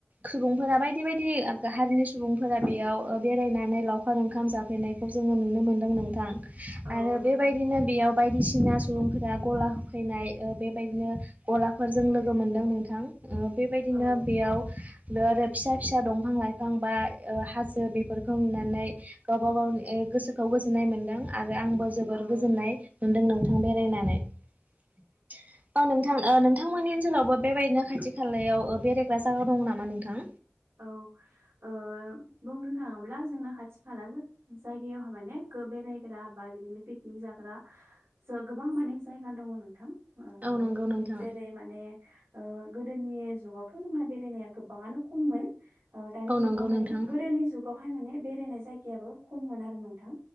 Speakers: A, on the right; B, on the right.
A: सुबुंफोरा बायदि बायदि हारिनि सुबुंफोरा बेयाव ओ बेरायनानै लावखार ओंखाम जाफैनाय खौ जोङो नुनो मोनदों नोंथां
B: औ
A: आरो
B: नंगौ
A: बे बायदिनो
B: नोंथां
A: बेयाव बायदिसि ना सुबुंफोरा गला होफैनाय ओ बे बायदिनो गलाफोरजों लोगो मोनदों नोंथां। ओ बे बायदिनो
B: औ
A: बेयाव बे आरो फिसा फिसा दंफां लाइफां बा ओ हाजो बेफोरखौ नुनानै गावबा गावनि ए गोसोखौ गोजोननाय मोन्दों आरो आंबो जोबोर
B: औ
A: गोजोननाय मोनदों नोंथां बेरायनानै।। औ नोंथां ओ नों नोंथांमोननि ओनसोलावबो बेबायदिनो खाथि खालायाव ओ बेरायग्रा जागा दं नामा नोंथां?
B: औ ओ ओ बुंनो थांङोब्ला जोंना खाथि खाला जायगायाव माने बेरायग्रा बा बिदिनो पिकनिक जाग्रा गोबां माने जायगा दङ नोंथां ओ
A: औ नंगौ नोंथां
B: जेरै माने ओ गोदोनि जुगावथ' जोंना बेरायनाया गोबाङानो खम खममोन ओ दानि
A: औ
B: जुगाव
A: नंगौ
B: माने
A: नोंथां
B: गोदोनि जुगाव बेहाय माने बेरायनाय जायगायाबो खममोन आरो नोंथां